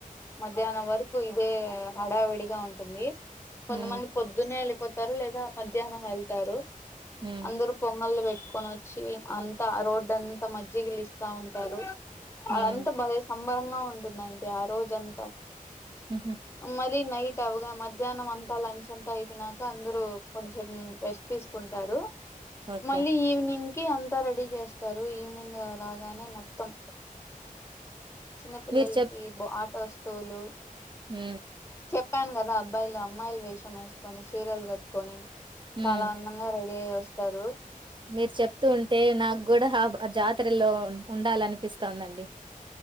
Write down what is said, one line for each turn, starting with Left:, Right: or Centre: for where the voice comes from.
Left: మధ్యాహ్నం వరకు ఇదే హడావిడిగా ఉంటుంది కొంతమంది
Right: మ్మ్
Left: పొద్దునే పోతారు లేదా మధ్యాహ్నం వెళ్తారు
Right: మ్మ్
Left: అందరుూ పొంగలు పెట్ కొని వచ్చి అంతా రోడ్డు అంతా మజ్జిగలిస్తా ఉంటారు వాళ్ళంతా
Right: మ్మ్
Left: భలే ంగా ఉంటుందండి ఆ రోజంతా
Right: మ్హు
Left: మళ నైట్ వగా మధ్యాహ్నం అంతా లంచ్ అంతా అయిపోయినాక అందరుూ కొంచెం రెస్ట్ తీసుకుంటారు
Right: ఓకే
Left: మళ్ళీ ఈవినింగ్ అంతా రెడీ చేస్తారు ఈవినింగ్ రాగానే మొత్తం చిన్న పిల్లలకి
Right: మీరు
Left: ప ఆట వస్తువులు
Right: హ
Left: చెప్పాను కదా అబ్బాయిలు అమ్మాయిలు వేషం వేసుకొని చీరలు కట్టుకొని
Right: హ్మ్
Left: చాలా అందంగా రై వేస్తారు.
Right: మీరు చెప్తూ ఉంటే నాకు కూడా హాఫ్ జాతరలో ఉండాలనిపిస్తందండి. <inaudible>